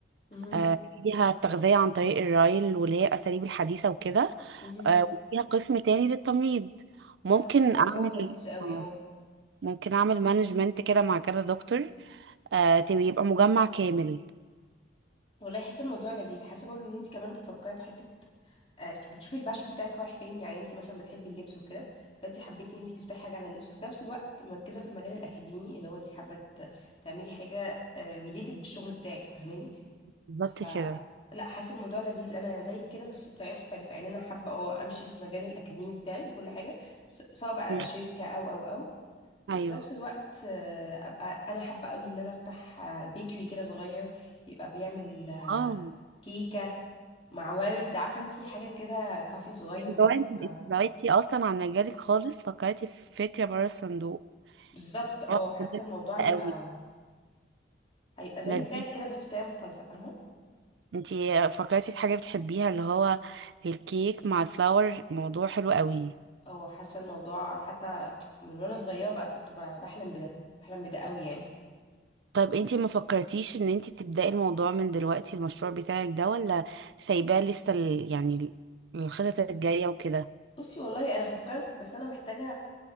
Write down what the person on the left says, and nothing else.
مهم.
امم
حاسه الموضوع
لذيذ قوي
اه
والله حاسه الموضوع لذيذ حاسه برضه ان انت كمان بتفكري في حته آه، بتشوفي الباشون بتاعك رايح فين يعني انت مثلا بتحبي اللبس وكده فانت حبيتي ان انت تفتحي حاجه عن اللبس وفي نفس الوقت مركزه في المجال الاكاديمي اللي هو انت حابه ت- تعملي حاجه ريليتد بالشغل بتاعك فاهماني
ف
لا حاسه الموضوع لذيذ انا زيك كده بس بطريقه مختلفه يعني انا حابه اه امشي في مجال الاكاديمي بتاعي وكل حاجه س- سواء بقى
شركه او او او وفي
نفس الوقت آه، ابقى انا حابه قوي ان انا افتح آه، بيكري كده صغير يبقى بيعمل آه،
كيكه مع ورد عارفه انتي حاجه كده كافي صغير كده
يبقى
بالظبط اه
حاسه
الموضوع هيبقى
هيبقى زي
بتاعك كده بس بطريقه مختلفه فاهمه
اه حاسه الموضوع حتى من وانا صغيره بقى كنت ب- بحلم بده بحلم بده قوي يعني
بصي والله انا فكرت بس انا محتاجه